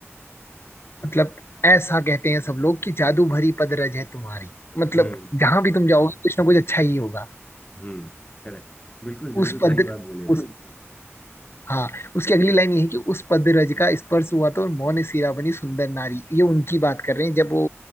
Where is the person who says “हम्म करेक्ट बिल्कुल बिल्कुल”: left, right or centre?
Left